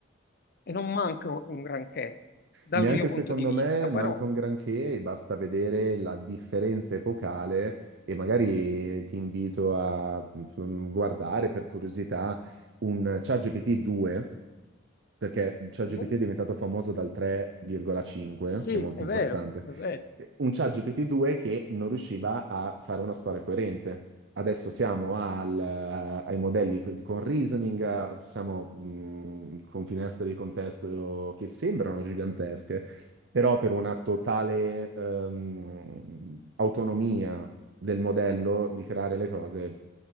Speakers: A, on the left (about 50°); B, on the right (about 60°).
A: e non manca un granché dal
B: neanche
A: mio punto
B: secondo
A: di vista,
B: me
A: però
B: manca un granché, e basta vedere la differenza epocale e magari ti invito a mm, guardare per curiosità un ChatGPT 2 perché ChatGPT
A: mm,
B: è diventato famoso dal 3,5,
A: Sì,
B: che è molto
A: è
B: importante,
A: vero, è vero.
B: eh, un ChatGPT 2 che non riusciva a fare una storia coerente. Adesso siamo al- eh, ai modelli co- con reasoning, a- siamo mh, con finestre di contesto che sembrano gigantesche, però per una totale ehm, autonomia del modello di creare le cose